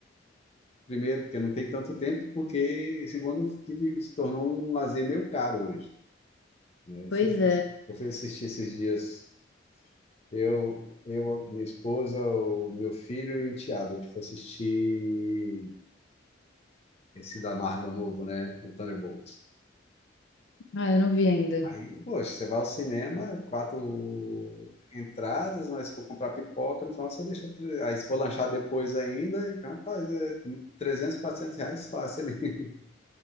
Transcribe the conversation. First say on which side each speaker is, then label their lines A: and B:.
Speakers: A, on the left; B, on the left.
A: Primeiro, porque não tem tanto tempo, porque, segundo, que se tornou um lazer meio caro hoje. né? Eu
B: Pois
A: fui,
B: é.
A: eu fui assistir esses dias. Eu, eu, a minha esposa, o meu filho e o enteado. A gente foi assistir esse da Marvel novo, né? O Thunderbolts.
B: Ah, eu não vi ainda.
A: Aí, poxa, você vai ao cinema, quatro entradas, mas se for comprar pipoca, no final você deixa. tre- Aí, se for lanchar depois ainda, e, rapaz, é 300, 400 reais fácil ali. <laughs>